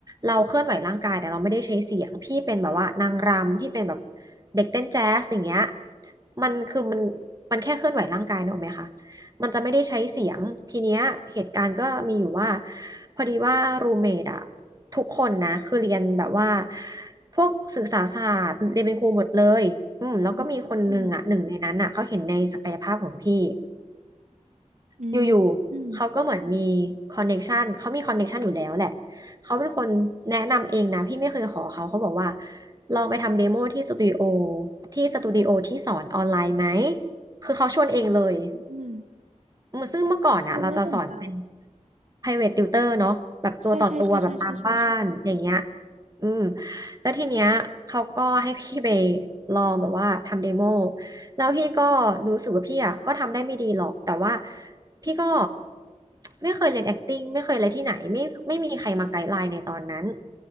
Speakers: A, on the right (about 30°); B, on the right (about 70°).
A: เราเคลื่อนไหวร่างกายแต่เราไม่ได้ใช้เสียงพี่เป็นแบบว่านางรำพี่เป็นแบบเด็กเต้นแจ๊สอย่างเงี้ยมันคือมันมันแค่เคลื่อนไหวร่างกายนึกออกไหมคะมันจะไม่ได้ใช้เสียงทีเนี้ยเหตุการณ์ก็มีอยู่ว่าพอดีว่ารูเมดอะทุกคนนะคือเรียนแบบว่าพวกศึกษาศาสตร์เรียนเป็นครูหมดเลยอืมแล้วก็มีคนหนึ่งอะหนึ่งในนั้นอะเขาเห็นในศักยภาพของพี่
B: อืมอืม อืมอืม
A: อยู่ๆ เขาก็เหมือนมีคอนเน็กชันเขามีคอนเน็กชันอยู่แล้วแหละ เขาเป็นคนแนะนำเองนะ พี่ไม่เคยขอเขา เขาบอกว่าลองไปทำเดโมที่สตูดิโอที่สตูดิโอที่สอนออนไลน์ไหม คือเขาชวนเองเลย
B: อืม
A: อืมซึ่งเมื่อก่อนอะเราจะสอนเป็น
B: เออน่าสนใจ
A: private tutor เนาะแบบตัวต่อตัวแบบตามบ้านอย่างเงี้ย
B: ใช่ใช่ใช่ใช่ใช่ใช่ใช่
A: อืม แล้วทีเนี้ยเขาก็ให้พี่ไปลองแบบว่าทำเดโมแล้วพี่ก็รู้สึกว่าพี่อ่ะก็ทำได้ไม่ดีหรอก แต่ว่า พี่ก็ไม่เคยเรียน acting ไม่เคยอะไรที่ไหนไม่ไม่มีใครมาไกด์ไลน์ในตอนนั้น